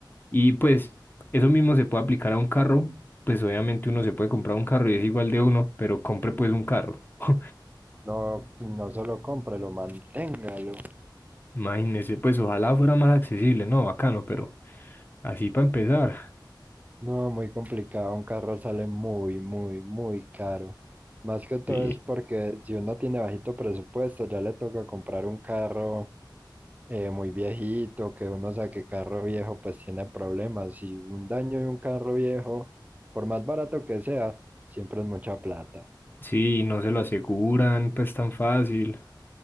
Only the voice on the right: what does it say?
No, no solo cómprelo, manténgalo.
No, muy complicado. Un carro sale muy, muy, muy caro. Más que todo
es porque si uno tiene bajito presupuesto, ya le toca comprar un carro eh, muy viejito, que uno sabe que carro viejo pues tiene problemas. Y un daño de un carro viejo, por más barato que sea, siempre es mucha plata.